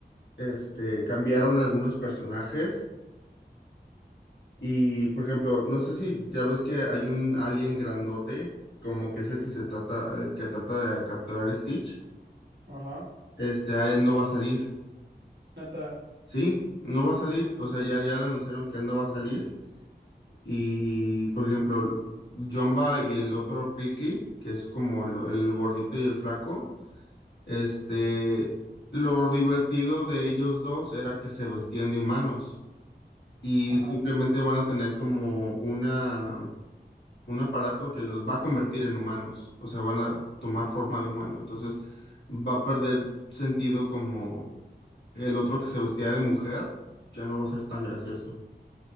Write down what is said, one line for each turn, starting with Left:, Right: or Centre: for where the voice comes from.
Left: este cambiaron algunos personajes y por ejemplo, no sé si ya ves que hay un alien grandote, como que es el que se trata el que trata de capturar a Stitch.
Right: Ajá,
Left: Este, a él no va a salir,
Right: neta,
Left: ¿sí? No va a salir, o sea, ya ya le anunciaron que él no va a salir Y, por ejemplo, Jumba y el otro Prickly, que es como el, el gordito y el flaco, este, lo divertido de ellos dos era que se vestían de humanos y
Right: ajá,
Left: simplemente van a tener como una, un aparato que los va a convertir en humanos, o sea, van a tomar forma de humano, entonces va a perder sentido como el otro que se vestía de mujer, ya no va a ser tan gracioso.